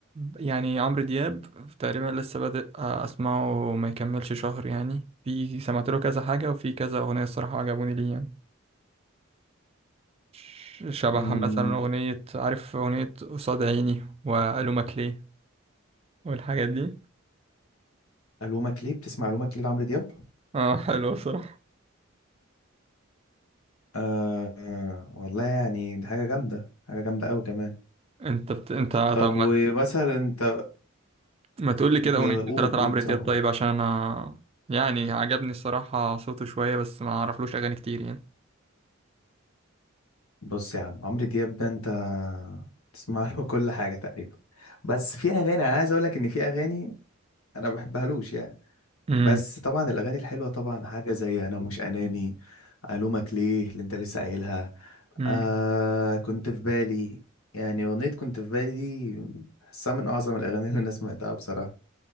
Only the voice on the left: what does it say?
امم
ألومك ليه بتسمع ألومك ليه لعمرو دياب
آه آه، والله يعني دي حاجة جامدة حاجة جامدة أوي كمان
طب
ومثلا انت
بقول
قول
سامع
بص يا عم عمرو دياب ده انت تسمع له <laughs> كل حاجه تقريبا بس في اغاني انا عايز اقول لك ان في اغاني انا ما بحبهالوش يعني
بس طبعا الاغاني الحلوه طبعا حاجه زي انا مش اناني الومك ليه اللي انت لسه قايلها
آه كنت في بالي يعني اغنيه كنت في بالي دي بحسها من اعظم الاغاني اللي انا سمعتها بصراحه